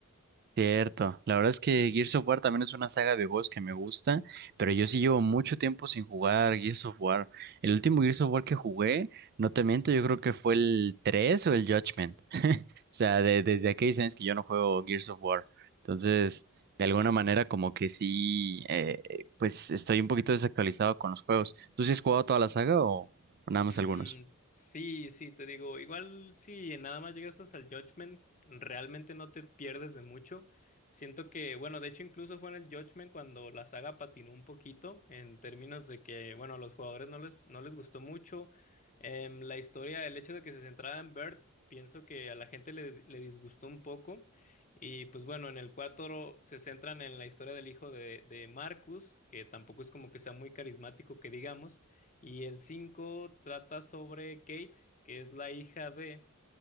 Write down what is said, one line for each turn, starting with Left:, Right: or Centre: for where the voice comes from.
Right: Cierto, la verdad es que Gears of War también es una saga de juegos que me gusta, pero yo sí llevo mucho tiempo sin jugar Gears of War. El último Gears of War que jugué, no te miento, yo creo que fue el 3 o el Judgment. <laughs> O sea, de- desde aquellos años que yo no juego Gears of War. Entonces, de alguna manera como que sí, eh, pues estoy un poquito desactualizado con los juegos. ¿Tú sí has jugado toda la saga o o nada más
Left: Mm,
Right: algunos?
Left: sí, sí, te digo, igual si nada más llegas hasta el Judgment, realmente no te pierdes de mucho. Siento que, bueno, de hecho incluso fue en el Judgment cuando la saga patinó un poquito en términos de que, bueno, a los jugadores no les, no les gustó mucho. Em, la historia, el hecho de que se centrara en Bert, pienso que a la gente le, le disgustó un poco. Y pues bueno, en el 4 se centran en la historia del hijo de, de Marcus, que tampoco es como que sea muy carismático, que digamos. Y el 5 trata sobre Kate, que es la hija de,